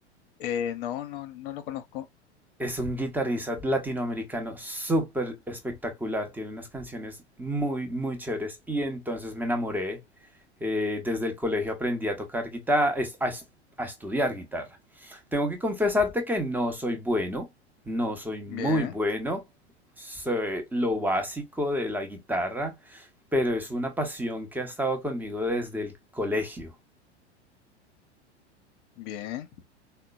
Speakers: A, on the left; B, in the centre.
A: Eh, no, no, no lo conozco.
B: Es un guitarrista latinoamericano súper espectacular, tiene unas canciones muy, muy chéveres y entonces me enamoré. Eh, desde el colegio aprendí a tocar guitarra, a, a estudiar guitarra. Tengo que confesarte que no soy bueno, no soy muy
A: Bien,
B: bueno, sé lo básico de la guitarra, pero es una pasión que ha estado conmigo desde el colegio.
A: bien.